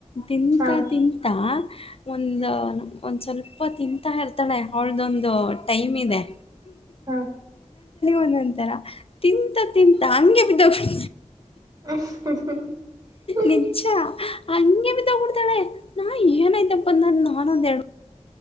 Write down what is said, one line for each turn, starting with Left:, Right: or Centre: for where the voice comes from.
Left: ತಿಂತಾ
Right: ಹಾಂ
Left: ತಿಂತ ಒಂದ ಒಂದ್ ಸ್ವಲ್ಪ ತಿಂತಾ ಇರ್ತಾಳೆ ಅವಳ್ದೊಂದು ಟೈಮ್ ಇದೆ
Right: ಹಾ
Left: ಒಂದೊಂತರ ತಿಂತ ತಿಂತ ಹಂಗೆ ಬಿದ್ದೋಗತಿ
Right: ಹ
Left: ನಿಜ ಹಂಗೆ ಬಿ ತಗೊಡ್ತಾಳೆ ನಾ ಏನಾಯ್ತಪ್ಪಂದ ನಾನಂದ ಹೇಳುವ